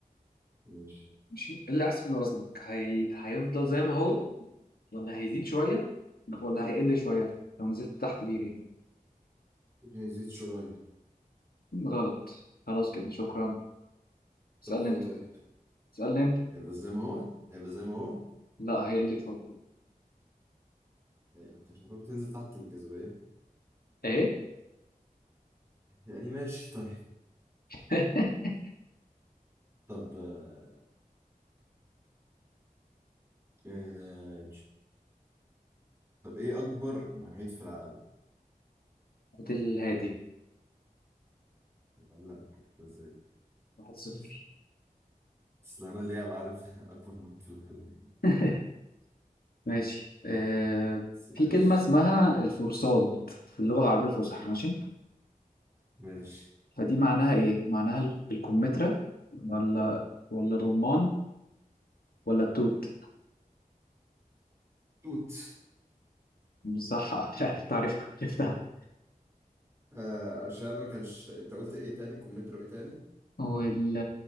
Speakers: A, on the right; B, on the left.
A: ماشي
B: ماشي ايه اللي هيحصل لوزنك هي... هيفضل زي ما هو ولا هيزيد شوية ولا هيقل شوية لو نزلت تحت بيرين
A: هي زيت شوية
B: غلط خلاص كده شكرا اسألني
A: طب ايه
B: انت
A: طيب؟
B: اسألني انت
A: هيبقى زي ما هو؟ هيبقى زي ما هو؟
B: لا هيقل شوية
A: هي- انت مش المفروض بتنزل تحت الجاذبية
B: ايه
A: يعني ماشي طيب
B: <laughs>
A: طب آه، آه، طب ايه أكبر محيط في العالم؟
B: هات الهادي
A: لا انت عرفتها ازاي
B: واحد صفر
A: <laughs> بس انا اللي بعرف <laughs> اكبر محيط في العالم يعني
B: <laughs> ماشي آه...
A: بس ماشي
B: في كلمة اسمها الفرصاد في اللغة العربية الفصحى ماشي
A: ماشي
B: فدي معناها ايه معناها ال- الكمثرى ولا ولا الرمان ولا التوت
A: توت
B: بصح <laughs> مش عارف تعرف <laughs> عرفتها
A: آه عشان ما كانش انت قلت ايه تاني كمثرى وايه تاني
B: وال-